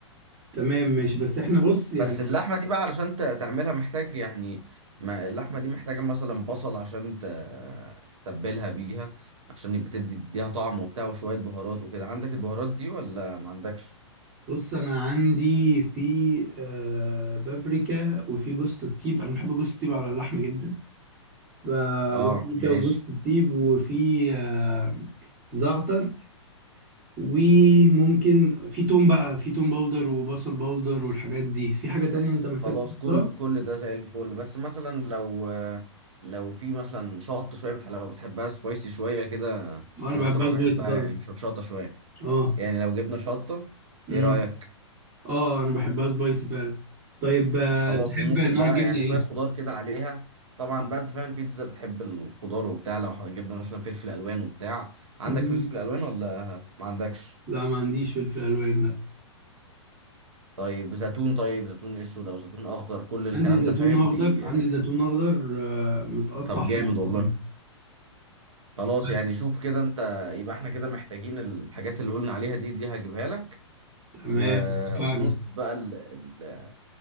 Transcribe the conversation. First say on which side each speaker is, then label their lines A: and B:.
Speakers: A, on the right; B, on the right.
A: تمام ماشي بس احنا بص يعني
B: بس اللحمه دي بقى علشان ت- تعملها محتاج يعني ما اللحمه دي محتاجه مثلا بصل عشان ت- تتبلها بيها عشان يبقى تدي تديها طعم وبتاع وشويه بهارات وكده عندك البهارات دي ولا ما عندكش
A: بص انا عندي في آه بابريكا وفي جوز الطيب انا بحب جوز الطيب على اللحمة جدا ب-
B: اه
A: بابريكا
B: ماشي
A: وجوز الطيب وفي آه، زعتر وممكن في توم بقى في توم باودر وبصل باودر والحاجات دي في حاجة تانية انت محتاج
B: خلاص
A: تحطها
B: كل كل ده زي الفل بس مثلا لو لو في مثلا شطه شويه بتح... لو بتحبها سبايسي شويه كده
A: اه انا
B: انا
A: بحبها
B: الصراحه
A: سبايسي
B: بحبها
A: طبعا
B: يعني مش شطه شويه
A: اه
B: يعني لو جبنا شطه
A: امم
B: ايه رايك
A: اه انا بحبها سبايسي فعلا طيب آه،
B: خلاص
A: تحب
B: وممكن
A: نوع
B: بقى
A: الجبنة
B: يعني
A: ايه
B: شويه خضار كده عليها طبعا بقى انت فاهم البيتزا بتحب الخضار وبتاع لو جبنا مثلا فلفل الوان وبتاع عندك
A: مم.
B: فلفل الوان ولا ما عندكش
A: لا ما عنديش فلفل الوان لا
B: طيب زيتون طيب زيتون اسود او زيتون اخضر كل الكلام
A: عندي زيتون
B: ده فاهم
A: اخضر
B: بي...
A: عندي زيتون اخضر آه، متقطع
B: طب
A: حلقتين
B: جامد والله خلاص
A: بس
B: يعني شوف كده انت يبقى احنا كده محتاجين الحاجات اللي قلنا عليها دي دي هجيبها لك
A: تمام
B: و...
A: اتفقنا
B: ونظبط بقى ال- ال-